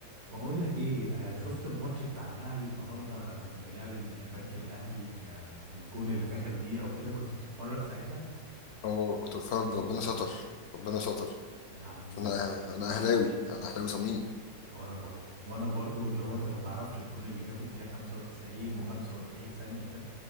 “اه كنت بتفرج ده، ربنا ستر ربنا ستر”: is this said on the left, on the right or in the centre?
Left